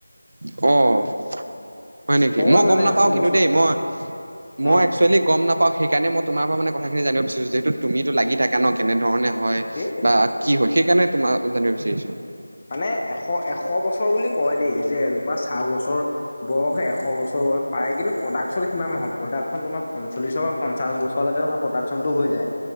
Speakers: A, on the right; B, on the left.
A: অ' হয় নেকি
B: কয়
A: মই গম
B: মানে
A: নাপাও
B: এশ
A: কিন্তু
B: বছৰ
A: দেই মই মই
B: অ
A: এক্চুৱেলি গম নাপাওঁ সেইকাৰণে মই তোমাৰ পৰা মানে কথা খিনি জানিব বিচাৰো যিহেতু তুমিটো লাগি থাকা ন কেনেধৰণে হয়
B: সেইটোৱে
A: বা কি হয় সেইকাৰণে তোম জানিব বিচাৰিছো।
B: মানে এশ এশ বছৰ বুলি কয় দেই যে এজোপা চাহ গছৰ বয়স এশ বছৰ পাৰে কিন্তু প্ৰডাকশ্যন সিমান নহয় প্ৰডাকশ্যন তোমাৰ পঞ্চল্লিছৰ পৰা পঞ্চাশ বছৰলৈকে তোমাৰ প্ৰডাকশনটো হৈ যায়।